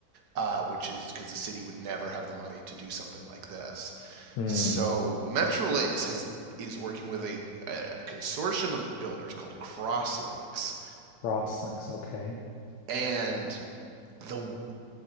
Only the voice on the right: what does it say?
uh, which is because the city would never have the money to do something like this.
So Metrolinx has is working with a, a consortium of builders called Crosslinks,
and the